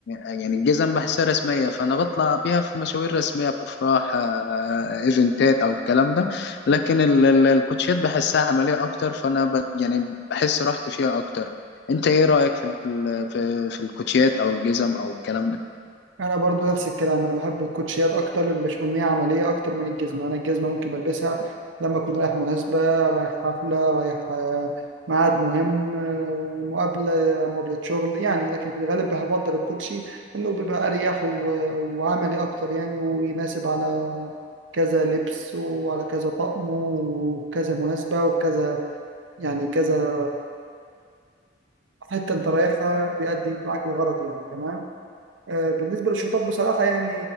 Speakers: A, on the left; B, on the right.
A: يعني الجزم بحسها رسمية فانا بطلع بيها في مشاوير رسمية في افراح آه، آه، ايفنتات او الكلام ده لكن ال- ال- الكوتشيات بحسها عملية أكتر فأنا ب... يعني بحس راحتي فيها أكتر أنت إيه رأيك في ال- في في الكوتشيات أو الجزم أو الكلام ده؟
B: انا برضو نفس الكلام انا بحب الكوتشيات اكتر لان بشوف ان هي عمليه اكتر من الجزمه انا الجزمه ممكن بلبسها لما اكون رايح مناسبه رايح حفله رايح آه، ميعاد مهم آه، مقابله آه، مقابله شغل يعني لكن في الغالب بفضل الكوتشي لانه بيبقى اريح و- وعملي اكتر يعني ويناسب على كذا لبس وعلى كذا طقم وكذا مناسبه وكذا يعني كذا حتى انت رايحها بيأدي معاك الغرض يعني تمام آه، بالنسبة للشرطات بصراحة يعني